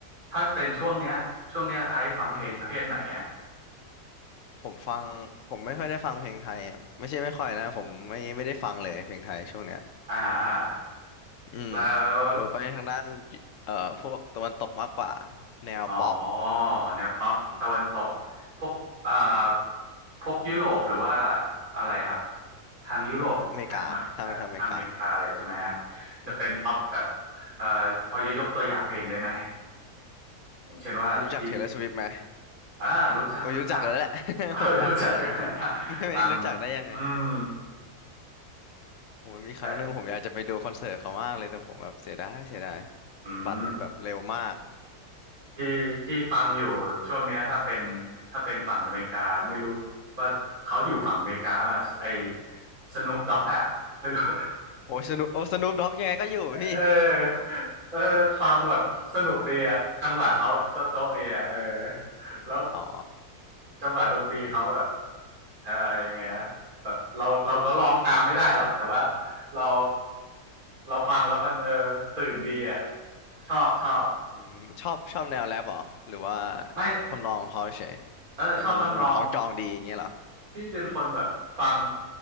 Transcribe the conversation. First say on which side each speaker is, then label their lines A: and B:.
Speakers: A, on the right; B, on the left.
A: ถ้าเป็นช่วงเนี้ยช่วงเนี้ยไอซ์ฟังเพลงประเภทไหนอะ
B: อืมผมฟังผมไม่ค่อยได้ฟังเพลงไทยอะไม่ใช่ไม่ค่อยนะผมไม่ไม่ได้ฟังเลยเพลงไทยช่วงเนี้ย
A: อ่าอ่า
B: อืม
A: แล้ว
B: ผมไปทางด้านเอ่อพวกตะวันตกมากกว่าแนวป๊อป
A: อ๋อแนวป๊อปตะวันตก
B: อืม
A: พวกอ่า
B: ใช่
A: พวกยุโรปหรือว่าอะไรครับทางยุโรปทางอเมริกาทางอเมริกาอะไรใช่ไหมฮะ
B: อเมริกาทางทางอเมริกา
A: จะเป็นป๊อปแบบ
B: อือฮึ
A: เอ่อพอจะยกตัวอย่างเพลงได้ไหมอย่างเช่นว่าที่
B: พี่รู้จักเทย์เลอร์สิไหม
A: อ่ารู้จักรู้จัก
B: โอ้ยรู้จักแล้วแหละ <laughs>
A: <laughs> เออรู้จัก
B: โหดังขนาดนั้น
A: <laughs>
B: มันจะไม่รู้จักได้ยังไง
A: ดังอืม
B: ผมมีครั้งหนึ่งผมอยากจะไปดูคอนเสิร์ตเขามากเลยแต่ผมแบบเสียดายเสียดาย
A: แต่อืม
B: บัตรมันแบบเร็วมาก
A: ที่ที่ฟังอยู่ช่วงเนี้ยถ้าเป็นถ้าเป็นฝั่งอเมริกาไม่รู้ว่าเขาอยู่ฝั่งอเมริกาป่ะไอ้สนุปด็อกอะไม่รู้ <laughs>
B: โอ้ยสนุโอ้สนุปด็อกยังไงก็อยู่พี่
A: เออเออฟังแบบสนุกดีอะจังหวะเขาโจ๊ะโจ๊ะดีอะเออแล้ว
B: <laughs> อ๋อ
A: จังหวะดนตรีเขาแบบ
B: อือหือ
A: เออยังไงนะแบบเราเราก็ลองตามไม่ได้หรอกแต่ว่าเราเราฟังแล้วมันเออตื่นดีอะชอบชอบ
B: อืมชอบชอบแนวแรปเหรอหรือว่า
A: ไม่
B: ทำนองของเขาเฉย
A: เออชอบทำนอง
B: แล้วมันมันคล้องจองดีอย่างเงี้ยเหรอ
A: ที่เป็นคนแบบฟัง